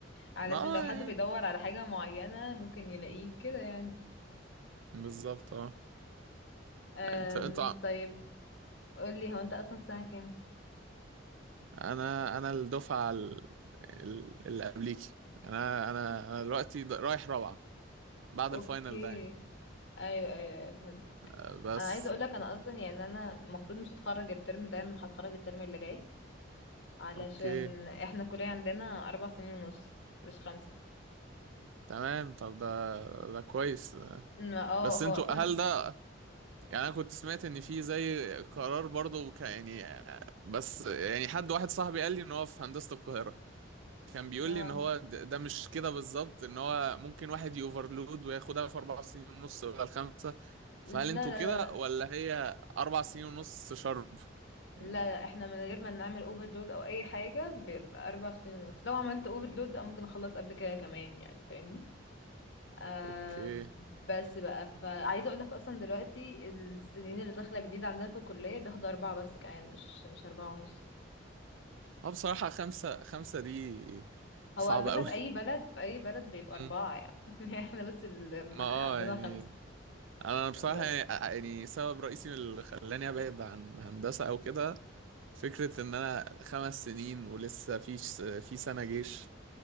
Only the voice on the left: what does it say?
علشان
لو حد بيدور على حاجة معينة ممكن يلاقيه كده يعني
أم
طيب قولي هو انت اصلا في سنة كام؟
اوكي
ايوه ايوه ايوه فهمت
انا عايزه اقول لك انا اصلا يعني انا المفروض مش هتخرج الترم ده انا هتخرج الترم اللي جاي علشان
احنا الكليه عندنا اربع سنين ونص مش خمسه
ما- اه
هو
اصلا
اه
لا
لا
لا
لا لا احنا من غير ما نعمل اوفرلود او اي حاجه بيبقى اربع سنين ونص لو عملت اوفرلود ممكن اخلص قبل كده كمان يعني فاهمني آه
بس بقى فعايزه اقول لك اصلا دلوقتي السنين اللي داخله جديد عندنا في الكليه بياخدوا اربعه بس كمان مش مش اربعه ونص
هو
على فكرة
في أي بلد في أي بلد بيبقى
أربعة يعني <laughs> احنا بس اللي
عاملينها
خمسة
ب-